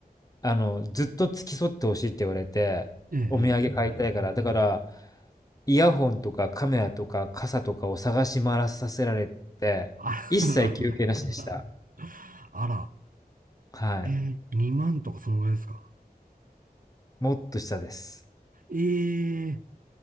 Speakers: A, on the left; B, on the right.
A: あの、ずっと付き添ってほしいって言われて、
B: ええええええ
A: お土産買いたいから、だから、イヤホンとかカメラとか傘とかを探し回らさせられて、
B: あららら
A: 一切休憩なしでした。
B: <laughs> ららら。あら、
A: はい。
B: ええ2万とかそのぐらいですか
A: もっと下です。
B: ええ